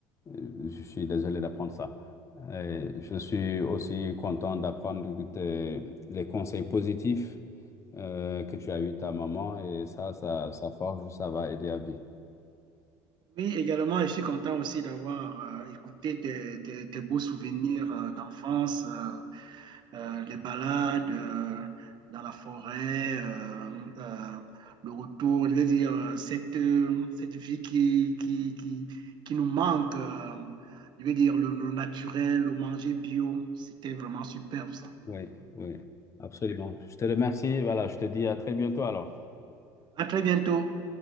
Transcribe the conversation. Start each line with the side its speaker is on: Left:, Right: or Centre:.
Left: je suis désolé d'apprendre ça. Et je suis aussi content d'apprendre tes- les conseils positifs euh, que tu as eu de ta maman et ça, ça, ça forge, ça va aider à vie.
Right: Oui, également, je suis content aussi d'avoir euh, écouté tes, tes- tes beaux souvenirs euh, d'enfance, euh, euh, les balades euh, dans la forêt, euh, euh, le retour, je veux dire, euh, cette, euh, cette vie qui, qui, qui, qui nous manque, euh, je veux dire, le, le naturel, le manger bio, c'était vraiment superbe ça.
Left: Oui, oui, absolument. Je te remercie. Voilà, je te dis à très bientôt alors.
Right: À très bientôt.